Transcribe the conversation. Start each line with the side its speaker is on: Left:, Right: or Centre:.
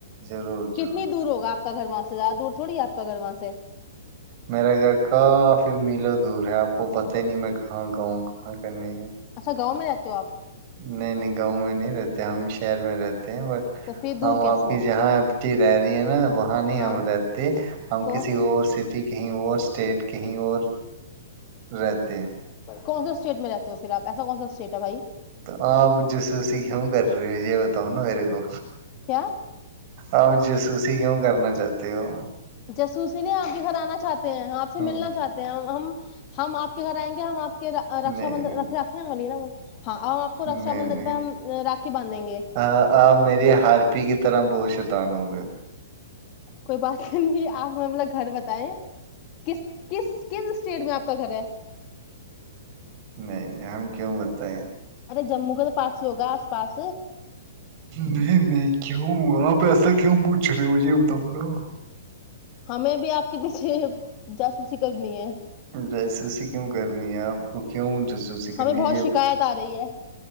Right: ضرور ضرور
Left: کتنی دور
Right: ضرور
Left: ہوگا آپ کا گھر وہاں زیاد دور تھوڑی ہے آپ کا گھر وہاں سے
Right: میرا گھر کافی میلر دور ہے آپ کو پت ہی نہیں میں کہاں گاؤں کہاں کرنے
Left: اچھا گاؤں میں جے ہو آپ
Right: نہیں نہیں گاؤں میں نہیں رہتے ہم شہر میں رہتے بٹ
Left: تو پھر دور
Right: ہم
Left: کیسے
Right: آپ کی
Left: ہے
Right: جہاں ا رہی ہے نا وہاں نہیں
Left: ہاں
Right: ہم رہتے ہم
Left: تو
Right: کسی اور سٹی کہیں اور اسٹیٹ کہیں اور رہتے
Left: کون سا اسٹیٹ میں رہتے ہو پھر اپ ایسا کون سا اسٹیٹ ہے بھائی
Right: تو آپ جاسوسی کیوں کر رہے ہو یہ بتاؤ نا میرے کو
Left: کیا
Right: اپ جاسوسی کیوں کرنا چاہتے ہو
Left: جاسوسی نہیں آپ کے گھر آنا چاہتے ہے آپ
Right: ہوں
Left: سے ملنا چاہتے ہیں ہم ہم آپ کے گھر آئیں گے ہم آپ کے رکاشا
Right: نہیں
Left: بندھن
Right: نہیں
Left: رکھے گ نا ہاں اور آپ کو رکشا
Right: نہیں
Left: بندھن
Right: نہیں
Left: پہ ہم راکھی باندھیں گے
Right: آ- آپ میری ہارپی کی طرح <inaudible>
Left: کوئی بات نہیں آپ اپنا گھر بتائے کس کس کس اسٹیٹ میں آپ کا گھر ہے
Right: نہیں نہیں ہم کیوں بتائے
Left: ارے جموں کے تو پاس بھی ہوگا آس پاس
Right: نہیں میں کیوں اپ ایسا کیوں پوچھ رہی ہوں مجھے یہ بتاؤ نا
Left: ہمیں بھی آپ کے پیچھے جاسوسی کرنی ہے
Right: جاسوسی کیوں کرنی ہے آپ کو کیوں جاسوسی کرنی
Left: ہمیں بہت
Right: ہے
Left: شکایت آ رہی ہے